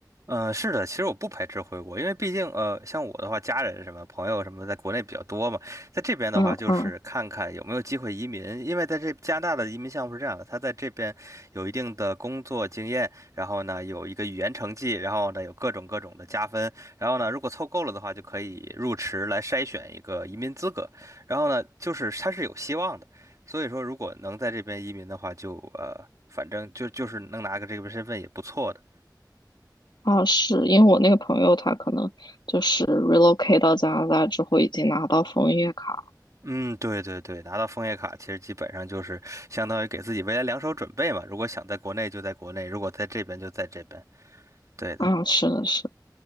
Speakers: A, on the right; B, on the left.
A: 呃，是的，其实我不排斥回国，因为毕竟呃，像我的话，家人什么朋友什么在国内比较多嘛，在这边的话，
B: 嗯嗯，
A: 就是看看有没有机会移民，因为在这加拿大的移民项目是这样的，他在这边有一定的工作经验，然后呢有一个语言成绩，然后呢有各种各种的加分，然后呢如果凑够了的话，就可以入池来筛选一个移民资格，然后呢就是他是有希望的，所以说如果能在这边移民的话就，呃反正就就是能拿个这个身份也不错的。
B: 啊，是因为我那个朋友他可能就是 relocate 到加拿大之后已经拿到枫叶卡。
A: 嗯，对对对，拿到枫叶卡其实基本上就是相当于给自己未来两手准备嘛。如果想在国内就在国内，如果在这边就在这边。对的，
B: 啊，是的是，